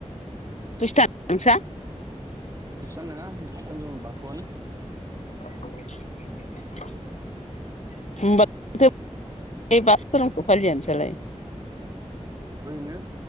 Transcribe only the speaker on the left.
ख्रिस्टान नोंसा।
<unintelligible> बाथौ धोरोमखौ फलिया नोंसालाय।